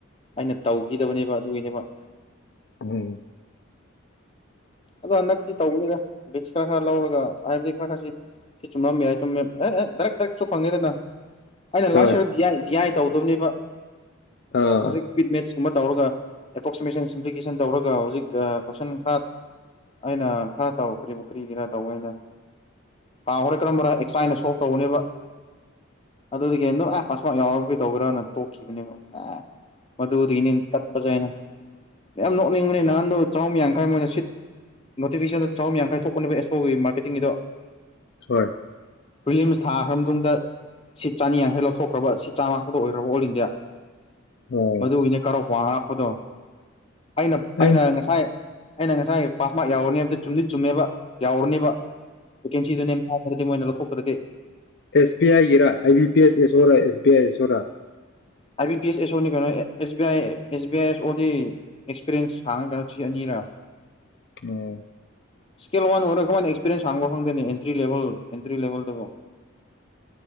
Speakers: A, on the left; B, on the left.
A: ꯑꯩꯅ ꯇꯧꯈꯤꯗꯕꯅꯦꯕ ꯑꯗꯨꯒꯤꯅꯦꯕ
B: ꯎꯝ
A: ꯑꯗꯣ ꯍꯟꯗꯛꯇꯤ ꯇꯧꯕꯅꯤꯅ ꯕꯤꯛꯁ ꯈꯔ ꯈꯔ ꯂꯧꯔꯒ ꯍꯥꯏꯕꯗꯤ ꯈꯔ ꯈꯔꯁꯤ ꯁꯤ ꯆꯨꯝꯃꯦ ꯍꯥꯏꯨꯝ ꯑꯦ ꯗ꯭ꯔꯛ ꯗ꯭ꯔꯛꯁꯨ ꯐꯪꯉꯦꯗꯅ ꯑꯩꯅ
B: ꯍꯣꯏ
A: ꯂꯥꯁꯠ ꯌꯥꯏ ꯌꯥꯏ ꯇꯧꯗꯕꯅꯦꯕ
B: ꯑꯥ ꯑꯣꯀꯦ
A: ꯍꯧꯖꯥꯛꯏ ꯃꯁ ꯁꯨꯝꯕ ꯇꯧꯔꯒ ꯑꯦꯄ꯭ꯔꯣꯛꯁꯤꯃꯦꯁꯟ ꯁꯤꯝꯄ꯭ꯂꯤꯀꯦꯁꯟ ꯇꯧꯔꯒ ꯍꯧꯖꯤꯛ ꯀꯣꯏꯁꯟ ꯈꯔ ꯑꯩꯅ ꯈꯔ ꯇꯧ ꯀꯔꯤꯕ ꯀꯔꯤꯒꯤꯔ ꯇꯧꯅ ꯍꯣꯔ ꯀꯔꯝꯕꯔ ꯑꯦꯛꯁꯥꯏꯅ ꯁꯣ ꯇꯧꯅꯦꯕ ꯑꯗꯨꯗꯒꯤ ꯍꯗꯝ ꯑꯦ ꯄꯥꯁꯄꯣꯔꯠ ꯌꯥꯎꯔꯕꯨ ꯀꯩ ꯇꯧꯒ꯭ꯔꯅ ꯇꯣꯛꯈꯤꯕꯅꯦꯕ ꯑꯦ ꯃꯗꯨꯗꯤꯅꯤ ꯇꯠꯄꯁꯨ ꯍꯥꯏꯅ ꯌꯥꯝ ꯅꯣꯛꯅꯤꯡꯕꯅꯦ ꯅꯍꯥꯟꯗꯣ ꯆꯥꯛꯍꯨꯝ ꯌꯥꯡꯈꯥꯏ ꯃꯣꯏꯅ ꯁꯤꯠ ꯅꯣꯇꯤꯐꯤꯀꯦꯁꯟꯗ ꯆꯍꯨꯝ ꯌꯥꯡꯈꯥꯏ ꯊꯣꯛꯄꯅꯦꯕ ꯑꯦꯁꯣꯒꯤ ꯃꯥꯔꯀꯦꯇꯤꯡꯒꯤꯗꯣ
B: ꯍꯣꯏ
A: ꯋꯤꯂꯤꯌꯝꯁ ꯊꯥꯈ꯭ꯔ ꯃꯇꯨꯡꯗ ꯁꯤꯠ ꯆꯥꯅꯤ ꯌꯥꯡꯈꯩ ꯂꯧꯊꯣꯛꯈ꯭ꯔꯕ ꯁꯤꯠ ꯆꯥꯝꯃꯥ ꯈꯛꯇ ꯑꯣꯏꯈ꯭ꯔꯕ ꯑꯣꯜ ꯏꯟꯗꯤꯌꯥ
B: ꯑꯣ
A: ꯃꯗꯨ ꯏ ꯀꯣ ꯋꯥ ꯀꯗꯣ ꯑꯩꯅ
B: ꯑꯩ
A: ꯑꯩꯅ
B: ꯎꯝ
A: ꯉꯁꯥꯏ ꯑꯩꯅ ꯉ ꯁꯥꯥꯏꯦ ꯄꯥꯁ ꯃꯥꯔ ꯌꯥꯎꯔꯅꯤ ꯑꯝꯇ ꯆꯨꯝꯗꯤ ꯆꯨꯝꯃꯦꯕ ꯌꯥꯎꯔꯅꯦꯕ ꯕꯦꯀꯦꯟꯁꯤꯗꯨ ꯊꯥꯗ꯭ꯔꯗꯤ ꯃꯣꯏꯅ ꯐꯨꯛꯇꯗꯦ
B: ꯑꯦꯁ ꯕꯤ ꯑꯥꯏꯒꯤꯔꯥ ꯑꯥꯏ ꯕꯤ ꯄꯤ ꯑꯦꯁ ꯑꯦꯁꯣꯔꯥ ꯑꯦꯁ ꯕꯤ ꯑꯥꯏ ꯑꯦꯁꯣꯔꯥ
A: ꯑꯥꯏ ꯕꯤ ꯄꯤ ꯑꯦꯁ ꯑꯦꯁ ꯑꯣꯅꯤ ꯀꯩꯅꯣ S B I S B I ꯑꯦꯁ ꯑꯣꯗꯤ ꯑꯦꯛꯁꯄꯤꯔꯤꯌꯦꯦꯟꯁ ꯍꯥꯡꯉ ꯀꯩꯅꯣ ꯁꯤ ꯑꯅꯤꯔꯥ
B: ꯑꯣ
A: ꯏꯁꯀꯦꯜ ꯋꯥꯟ ꯑꯣꯏꯔꯛ ꯀꯅ ꯑꯦꯛꯁꯄꯔꯤꯌꯦꯦꯟꯁ ꯍꯥꯡꯕ ꯈꯪꯗꯦꯅꯦ ꯑꯦꯟꯇ꯭ꯔꯤ ꯂꯦꯚꯦꯜ ꯑꯦꯟꯇ꯭ꯔꯤ ꯂꯦꯚꯦꯜꯗꯕꯣ